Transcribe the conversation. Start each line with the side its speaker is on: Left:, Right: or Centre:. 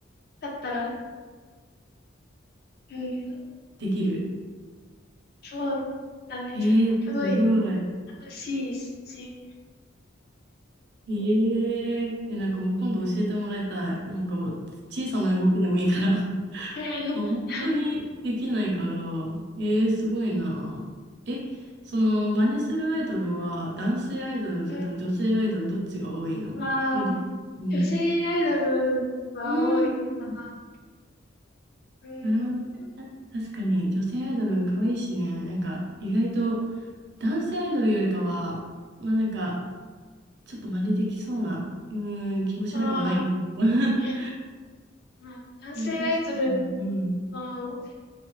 Left: だったら、うん、
Right: できる。
Left: そうなんです。
Right: へえ、
Left: すごい
Right: すごい。
Left: 楽しいし、
Right: えええ、なんかもう今度教えてもらいたい。なんか小さな動きでもいいから。<laughs>
Left: うん、
Right: 本当にできないから、
Left: <laughs>
Right: ええすごいな。え、その、真似するアイドルは男性アイドル、それとも女性アイドル、
Left: うん、
Right: どっちが多いのどどうん。
Left: まあ、女性アイドルが多いかな。
Right: うんうん
Left: うーん。
Right: なるほどね。確かに、女性アイドル可愛いしね。なんか、意外と、男性アイドルよりかは、まあなんか、ちょっと真似できそうな、うーん、気もしなくもないけど。
Left: まあ、
Right: <laughs>
Left: え、まあ、男性アイドル
Right: でも確かに。うん。
Left: の